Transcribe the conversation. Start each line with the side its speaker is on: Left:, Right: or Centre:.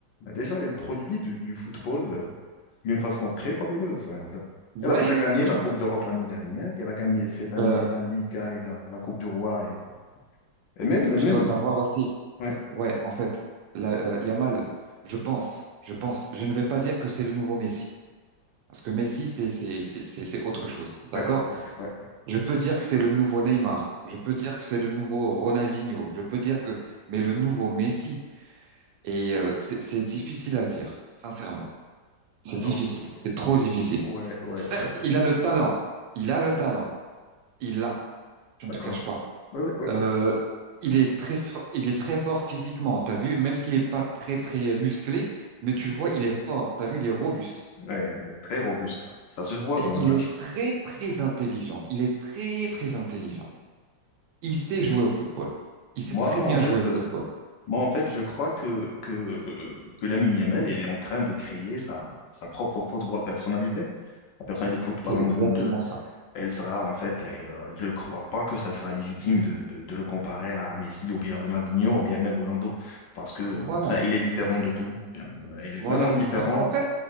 Left: a déjà, il produit du, du football. euh, d'une façon très fabuleuse, hein, en fait.
Right: Ouais,
Left: Elle a déjà gagné
Right: oui,
Left: la Coupe d'Europe l'année dernière. Elle a gagné cette année
Right: euh,
Left: la Liga et la, la Coupe du Roi. Et, et même, même,
Right: tu dois savoir aussi.
Left: ouais,
Right: Ouais, en fait, là, euh, Yamal, je pense, je pense, je ne vais pas dire que c'est le nouveau Messi, parce que Messi, c'est c'est c'est c'est c'est autre
Left: c'est-
Right: chose, d'accord?
Left: ouais, ouais, ouais.
Right: Je peux dire que c'est le nouveau Neymar, je peux dire que c'est le nouveau Ronaldinho, je peux dire que, mais le nouveau Messi, et euh, c'est c'est difficile à le dire, sincèrement, c'est
Left: Alors,
Right: difficile,
Left: euh,
Right: c'est trop difficile.
Left: ouais, ouais,
Right: Certes,
Left: ouais,
Right: il a le talent, il a le talent, il l'a, je ne
Left: d'accord.
Right: te cache pas.
Left: Ouais, ouais, ouais,
Right: Euh,
Left: ouais.
Right: il est très, fo- il est très fort physiquement, t'as vu? Même s'il est pas très, très euh, musclé, mais tu le vois, il est fort, t'as vu? Il est robuste.
Left: Ouais, très robuste. Ça se voit
Right: Et
Left: dans le
Right: il
Left: match.
Right: est très, très intelligent. Il est très, très intelligent. Il sait jouer au football. Il sait
Left: Moi,
Right: très
Left: en
Right: bien
Left: fait,
Right: jouer au football.
Left: euh, moi, en fait, je crois que, que, euh, que Lamine Yamal, elle est en train de créer sa, sa propre football personnalité, la personnalité de football
Right: C'est exactement
Left: de,
Right: ça.
Left: Elle sera en fait, euh, je ne crois pas que ça sera légitime de, de, de le comparer à Messi ou bien Ronaldinho ou bien même Ronaldo, parce que
Right: Voilà,
Left: enfin, il est différent de tout. Euh, Il est
Right: voilà.
Left: vraiment différent.
Right: Parce qu'en fait,